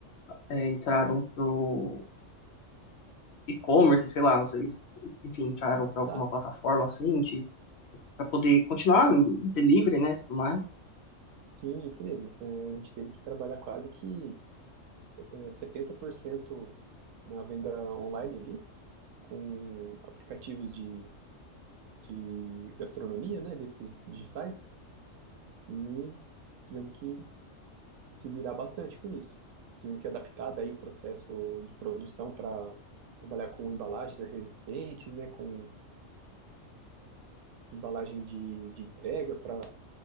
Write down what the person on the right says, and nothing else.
Exato.
Sim, isso mesmo. É, a gente teve que trabalhar quase que é, 70% na venda online ali, com aplicativos de de gastronomia, né, desses digitais, e tivemos que se virar bastante com isso. Tivemos que adaptar daí o processo de produção para trabalhar com embalagens resistentes, né, com embalagem de, de entrega para